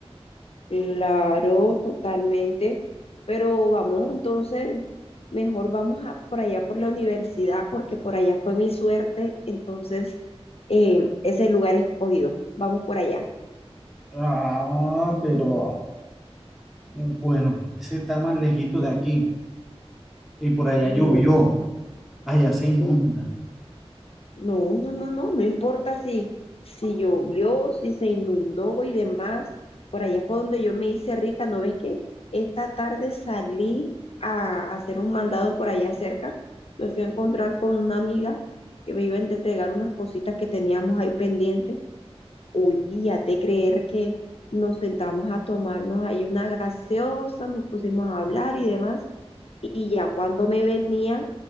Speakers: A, on the left; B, in the centre.
A: Claro, totalmente. Pero vamos, entonces, mejor vamos a por allá por la universidad, porque por allá fue mi suerte. Entonces, eh, es lugar escogido. Vamos por allá.
B: Ah, pero bueno, ese está más lejito de aquí. Y por allá llovió,
A: No,
B: allá se inunda,
A: no. No, no, no, no, no importa si, si llovió, si se inundó y demás. Por allá fue donde yo me hice rica, ¿no ves que esta tarde salí a hacer un mandado por allá cerca? Me fui a encontrar con una amiga que me iba a entregar unas cositas que teníamos ahí pendientes. Oye, ya te creer que nos sentamos a tomarnos ahí una gaseosa, nos pusimos a hablar y demás y ya cuando me venía,